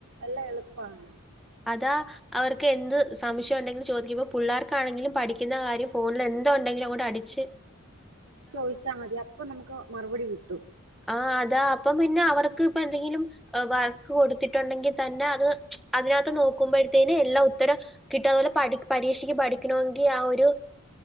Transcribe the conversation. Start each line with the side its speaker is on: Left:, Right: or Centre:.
Right: എല്ലാം എളുപ്പമാണ്.
Centre: അതാ അവർക്ക് എന്ത് സംശയം ഉണ്ടെങ്കിലും ചോദിക്കുമ്പോ പിള്ളേർക്കാണെങ്കിലും പഠിക്കുന്ന കാര്യം ഫോണിൽ എന്തോ ഉണ്ടെ എല്ലാം കൂടെ അടിച്ച്
Right: ചോദിച്ചാൽ മതി അപ്പൊ നമുക്ക് മറുപടി കിട്ടും.
Centre: ആ അതാ അപ്പം പിന്നെ അവർക്ക് ഇപ്പ എന്തെങ്കിലും വഴക്ക് കൊടുത്തിട്ടുണ്ടെങ്കിൽ തന്നെ അത് അതിനകത്ത് നോക്കുമ്പോഴത്തേന് എല്ലാ ഉത്തരം കിട്ടും. അതുപോലെ പഠി പരീക്ഷക്ക് പഠിക്കണമെങ്കിൽ ആ ഒരു